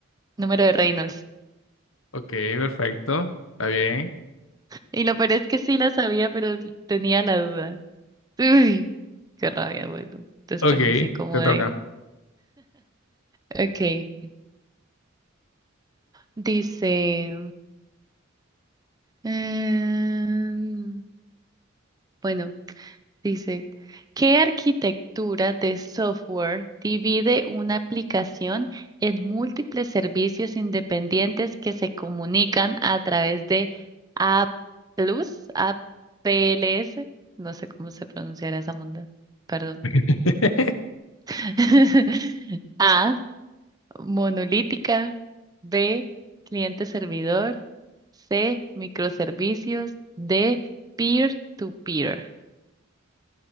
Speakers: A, on the right (about 20°); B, on the left (about 80°).
A: Número de Reynolds.
B: Ok, perfecto. Está bien.
A: Y lo peor es que sí la sabía, pero tenía la duda. Uy, qué rabia, bueno. Desperdicié
B: Ok,
A: como
B: te
A: de.
B: toca.
A: Ok. Dice. em, bueno. Dice, ¿qué arquitectura de software divide una aplicación en múltiples servicios independientes que se comunican a través de A+, P L S? A P L S No sé cómo se pronunciará esa monda, perdón.
B: <laughs>
A: <laughs> A, monolítica, B, cliente-servidor, C, microservicios, D, peer-to-peer.